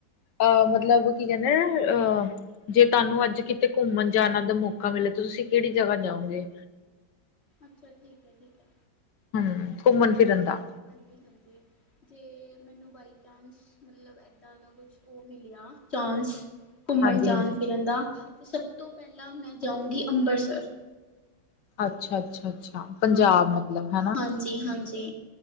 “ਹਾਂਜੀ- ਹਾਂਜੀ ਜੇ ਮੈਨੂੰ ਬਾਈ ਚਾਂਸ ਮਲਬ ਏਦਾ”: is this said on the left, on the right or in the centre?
Left